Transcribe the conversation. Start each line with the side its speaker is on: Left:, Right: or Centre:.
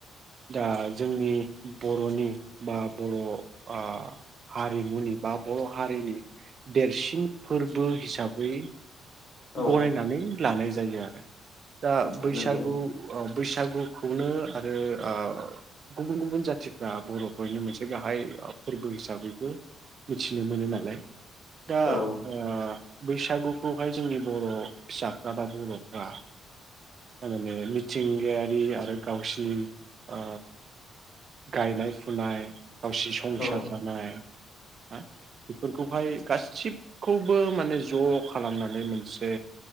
Right: दा जोंनि बर'नि बा बर' ओ हारिमुनि बा बर' हारिनि देरसिन फोरबो हिसाबै
Left: औ
Right: गनायनानै लानाय जायो आरो दा
Left: औ
Right: बैसागु
Left: नंगौ
Right: बैसागुखौनो आरो ओ गुबुन गुबुन जाथिफ्रा बरफोरनि मोनसे गाहाय फोरबो हिसाबैबो मिथिनो मोनो नालाय दा
Left: औ
Right: ओ बैसागुखौहाय जोंनि बर फिसाफ्रा बा बरफ्रा थारैनो मिथिंगायारि आरो गावसिनि ओ गायनाय फुनाय गावसि संसार
Left: औ
Right: जानाय हा बेफोरखौहाय गासिबखौबो माने ज खालामना- नै मोनसे